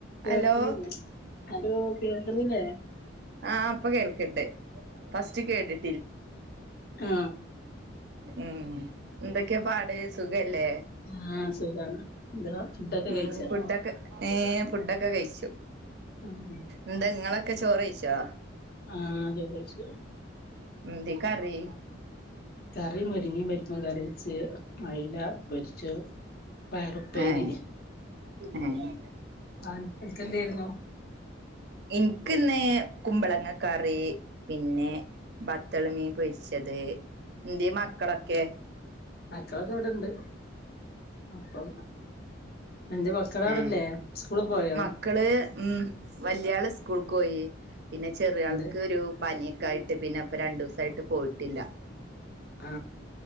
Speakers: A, on the right; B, on the left.
A: Hello
B: കേൾക്ക്ണില്ലേ hello കേൾക്ക്ന്നില്ലേ
A: ആ ഇപ്പം കേൾക്ക്ണ്ട് ഫസ്റ്റ് കേട്ട്
B: ആ
A: ഉം ന്തേ ക്കെ പാട് സുഖ ല്ലേ
B: ആഹ് സുഖാണ് <unintelligible>
A: ഉം
B: കഴിച്ചോ
A: ഫുഡൊക്ക് ഏ ഫുഡൊ ക്കെ കഴിച്ചു
B: ഉം
A: എന്തെങ്ങളൊക്കെ ചോറയ്ച്ചോ
B: ആ ചോറയ്ച്ച്
A: എന്തെ കറി?
B: കറി മുരിങ്ങി പരിപ്പും കറിയെച്ച്, അയ്ല പൊര് ച് പയറുപ്പേരി.
A: ഏഹ് ഏഹ്
B: ആൻ കെന്തേര്ന്നു?
A: എൻക്കിന്ന് കുമ്പളങ്ങ കറി പിന്നെ ബത്തൾ മീംപൊരിച്ചത് ന്ത്യേ മക്കളൊക്കെ
B: മക്കളൊക്കെവ്ട്ണ്ട് അപ്പം എന്തേ മക്കളവടെല്ലേ
A: ഏ
B: സ്കൂള് പോയോ
A: മക്കള് ഉം വല്ല്യാള് സ്കൂൾക്കോയി പിന്നെ ചെറിയാൾക്കൊരു
B: എന്ത്
A: പനിയൊക്കായിട്ട് പിന്നെപ്പം രണ്ടൂസായിട്ട് പോയിട്ടില്ല
B: ആ